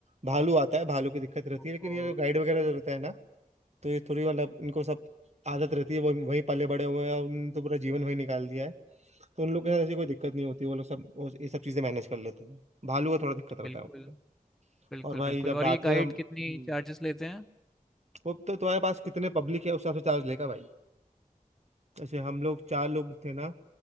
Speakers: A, on the right; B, in the centre.
A: भालू आता है भालू की दिक्कत रहती
B: ओफो
A: है लेकिन ये जो गाइड वगैरह जो रहता है ना तो ये थोड़ी मतलब इनको सब आदत रहती है वो वहीं पले बड़े हुए हैं और उन्होंने तो पूरा जीवन वहीं निकाल दिया है तो उन लोग के साथ ऐसी कोई दिक्कत नहीं होती वो लोग सब वो ये सब चीजें मैनेज कर लेते हैं भालू का थोड़ा दिक्कत रहता
B: बिल्कुल
A: है वहाँ पे।
B: बिल्कुल
A: और भाई
B: बिल्कुल
A: जब
B: और
A: रात
B: ये
A: में
B: गाइड
A: हम
B: कितनी
A: हम्म,
B: चार्जेस लेते हैं
A: वो तो तुम्हारे पास कितने पब्लिक है उस हिसाब से चार्ज लेगा भाई जैसे हम लोग चार लोग थे ना